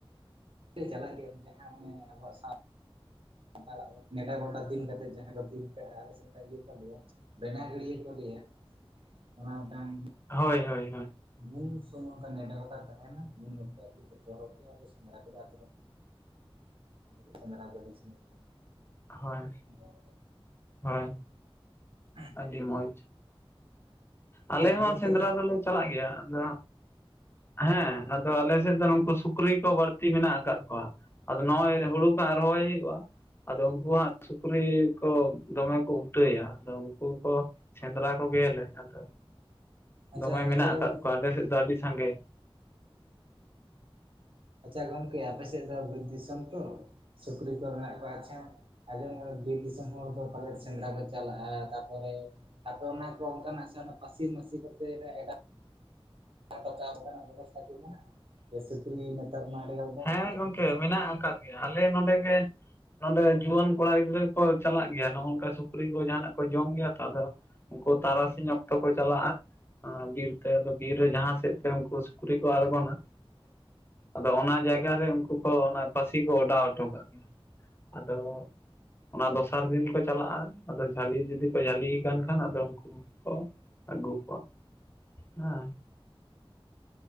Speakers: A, on the right (about 65°); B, on the left (about 25°).
A: ᱪᱟᱞᱟᱜ ᱜᱮ ᱡᱟᱦᱟᱸ ᱢᱟᱱᱮ ᱟᱵᱚᱣᱟᱜ ᱥᱟᱶ ᱥᱟᱱᱛᱟᱲ ᱱᱮᱰᱟ ᱜᱷᱚᱴᱟ ᱫᱤᱱ ᱠᱟᱛᱮᱫ ᱡᱟᱦᱟᱸ ᱠᱚ ᱫᱤᱱ ᱠᱟᱜᱼᱟ ᱟᱞᱮ ᱥᱮᱫ ᱤᱭᱟᱹ ᱠᱚ ᱞᱮᱭᱟ ᱵᱮᱱᱟ ᱜᱟᱹᱲᱤᱭᱟᱹ ᱠᱚ ᱞᱟᱹᱭᱟ ᱚᱱᱟ ᱢᱤᱫᱴᱟᱝ
B: ᱦᱳᱭ ᱦᱳᱭ ᱦᱳᱭ
A: ᱩᱱ ᱥᱚᱢᱚᱭ ᱚᱱᱠᱟ ᱱᱮᱰᱮᱰᱟ ᱜᱚᱴᱟ ᱛᱟᱦᱮᱱᱟ ᱩᱱ ᱚᱠᱛᱚ ᱟᱨ ᱡᱚᱛᱚ ᱦᱚᱲ ᱜᱮ ᱥᱮᱸᱫᱽᱨᱟ ᱠᱚᱫᱚ ᱟᱹᱛᱩ ᱥᱮᱱᱫᱨᱟ ᱫᱳᱞᱮ ᱥᱮᱫᱨᱟᱭ
B: ᱦᱳᱭ
A: ᱫᱟ
B: ᱦᱳᱭ
A: <inaudible>
B: ᱟᱹᱰᱤ ᱢᱚᱡᱽ ᱟᱞᱮ
A: ᱟᱪᱪᱷᱟ
B: ᱦᱚᱸ
A: ᱜᱚᱝᱠᱮ
B: ᱥᱮᱸᱫᱽᱨᱟ ᱫᱚᱞᱮ ᱪᱟᱞᱟᱜ ᱜᱮᱭᱟ ᱟᱫᱚ ᱦᱮᱸ ᱟᱫᱚ ᱟᱞᱮ ᱥᱮᱫ ᱫᱚ ᱱᱩᱠᱩ ᱥᱩᱠᱨᱤ ᱠᱚ ᱵᱟᱹᱲᱛᱤ ᱢᱮᱱᱟᱜ ᱟᱠᱟᱫ ᱠᱚᱣᱟ ᱟᱫᱚ ᱱᱚᱜᱼᱚᱭ ᱦᱩᱲᱩ ᱠᱚ ᱦᱟᱸᱜ ᱨᱚᱦᱚᱭ ᱦᱩᱭᱩᱜᱼᱟ ᱟᱫᱚ ᱩᱱᱠᱩ ᱦᱟᱸᱜ ᱥᱩᱠᱨᱤ ᱠᱚ ᱫᱚᱢᱮ ᱠᱚ ᱩᱴᱟᱹᱭᱟ ᱟᱫᱚ ᱩᱱᱠᱩ ᱠᱚ ᱥᱮᱸᱫᱽᱨᱟ ᱠᱚᱜᱮᱭᱟᱞᱮ ᱟᱫᱚ
A: ᱟᱪᱪᱷᱟ
B: ᱫᱚᱢᱮ ᱢᱮᱱᱟᱜ
A: ᱟᱪᱪᱷᱟ
B: ᱟᱠᱟᱫ
A: ᱜᱚᱝ
B: ᱠᱚᱣᱟ ᱟᱞᱮ ᱥᱮᱫ ᱫᱚ ᱟᱹᱰᱤ ᱥᱟᱸᱜᱮ
A: ᱟᱪᱪᱷᱟ ᱜᱚᱢᱠᱮ ᱟᱯᱮ ᱥᱮᱫ ᱫᱚ ᱵᱤᱨ ᱫᱤᱥᱚᱢ ᱛᱚ ᱥᱩᱠᱨᱤ ᱠᱚ ᱢᱮᱱᱟᱜ ᱠᱚᱣᱟ ᱟᱪᱪᱷᱟ ᱟᱡᱚᱢ ᱠᱫᱟ ᱵᱤᱨ ᱫᱤᱥᱚᱢ ᱦᱚᱲ ᱫᱚ ᱯᱟᱞᱮᱫ ᱥᱮᱸᱫᱽᱨᱟ ᱠᱚ ᱪᱟᱞᱟᱜᱼᱟ ᱛᱟᱨᱯᱚᱨᱮ ᱟᱯᱮ ᱚᱱᱟ ᱠᱚ ᱚᱱᱠᱟᱱᱟᱜ ᱥᱮ ᱯᱟᱹᱥᱤ ᱢᱟᱹᱥᱤ ᱠᱚᱛᱮ ᱞᱮ ᱚᱰᱟᱣ <unintelligible> ᱨᱮᱱᱟᱜ ᱵᱮᱵᱚᱥᱛᱷᱟ ᱜᱮ ᱢᱮᱱᱟᱜᱼᱟ ᱥᱩᱠᱨᱤ ᱱᱮᱛᱟᱨ ᱢᱟ ᱟᱹᱰᱤ ᱜᱟᱱ
B: ᱦᱮᱸ ᱜᱚᱝᱠᱮ
A: ᱵᱤᱨ ᱫᱤᱥᱚᱢ
B: ᱢᱮᱱᱟᱜ ᱟᱠᱟᱫ ᱜᱮᱭᱟ ᱟᱞᱮ ᱱᱚᱰᱮ ᱜᱮ ᱱᱚᱸᱰᱮ ᱡᱩᱣᱟᱹᱱ ᱠᱚᱲᱟ ᱜᱤᱫᱽᱨᱟᱹ ᱠᱚ ᱪᱟᱞᱟᱜ ᱜᱮᱭᱟ ᱱᱚᱼᱚᱝᱠᱟ ᱥᱩᱠᱨᱤ ᱠᱚ ᱡᱟᱦᱟᱱᱟᱜ ᱠᱚ ᱡᱚᱢ ᱜᱮᱭᱟ ᱛᱚ ᱟᱫᱚ ᱩᱱᱠᱩ ᱛᱟᱨᱟᱥᱤᱧ ᱚᱠᱛᱚ ᱠᱚ ᱪᱟᱞᱟᱜᱼᱟ ᱵᱤᱨᱛᱮ ᱟᱫᱚ ᱵᱤᱨ ᱨᱮ ᱡᱟᱦᱟᱸ ᱥᱮᱫ ᱛᱮ ᱩᱱᱠᱩ ᱥᱩᱠᱨᱤ ᱠᱚ ᱟᱬᱜᱚᱱᱟ ᱟᱫᱚ ᱚᱱᱟ ᱡᱟᱭᱜᱟ ᱨᱮ ᱩᱱᱠᱩ ᱠᱚ ᱚᱱᱟ ᱯᱟᱹᱥᱤ ᱠᱚ ᱚᱰᱟᱣ ᱦᱚᱴᱚ ᱠᱟᱜ ᱜᱮᱭᱟ ᱟᱫᱚ ᱚᱱᱟ ᱫᱚᱥᱟᱨ ᱫᱤᱱ ᱠᱚ ᱪᱟᱞᱟᱜᱼᱟ ᱟᱫᱚ ᱡᱷᱟᱹᱞᱤ ᱡᱩᱫᱤ ᱠᱚ ᱡᱷᱟᱹᱞᱤ ᱟᱠᱟᱱ ᱠᱷᱟᱱ ᱟᱫᱚ ᱩᱱᱠᱩ ᱩᱱᱠᱩ ᱠᱚ ᱟᱜᱩ ᱠᱚᱣᱟ ᱦᱮᱸ